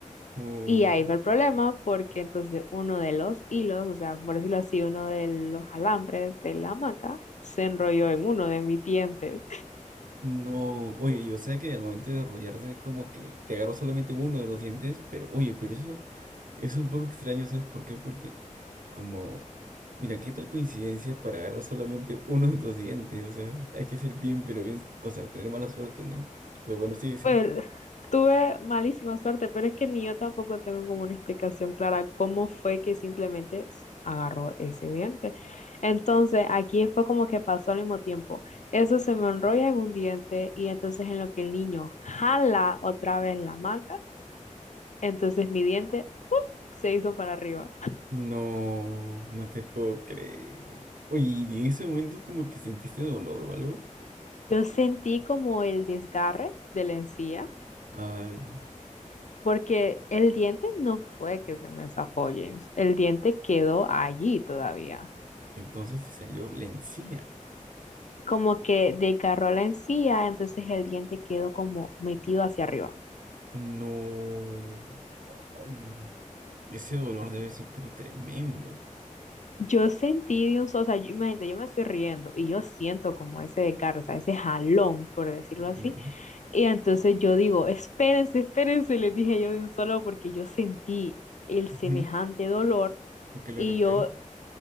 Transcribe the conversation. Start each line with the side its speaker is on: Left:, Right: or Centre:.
Right: Uy,
Left: Y ahí fue el problema porque entonces uno de los hilos, o sea, por decirlo así, uno de los alambres de la hamaca se enrolló en uno de mis dientes.
Right: no, oye, yo sé que al momento de arrollarse es como que te agarró solamente uno de los dientes, pero oye, pero eso es un poco extraño, ¿sabes por qué? Porque como, mira, qué tal coincidencia para agarrar solamente uno de tus dientes, o sea, hay que ser bien, pero bien, o sea, tener mala suerte, ¿no? Pero bueno, sí, sí.
Left: Pues tuve malísima suerte, pero es que ni yo tampoco tengo como una explicación clara cómo fue que simplemente s- agarró ese diente. Entonces, aquí fue como que pasó al mismo tiempo. Eso se me enrolla en un diente y entonces en lo que el niño jala otra vez la maca, entonces mi diente se hizo para arriba.
Right: No, no te puedo creer. Oye, ¿y en ese momento como que sentiste dolor o algo?
Left: Yo sentí como el desgarre de la encía.
Right: Ah,
Left: Porque el diente no fue que se me zafó, James. El diente quedó allí todavía.
Right: entonces te salió la encía.
Left: como que desgarró la encía, entonces el diente quedó como metido hacia arriba.
Right: No, ay no. Ese dolor debe ser pero tremendo.
Left: Yo sentí de un, so- o sea, yo, imagínate, yo me estoy riendo y yo siento como ese desgarro, o sea, ese jalón, por decirlo así.
Right: Claro.
Left: Y entonces yo digo, espérense, espérense, les dije yo de un solo porque yo sentí el semejante
Right: Ujú,
Left: dolor
Right: Claro,
Left: y
Right: claro.
Left: yo,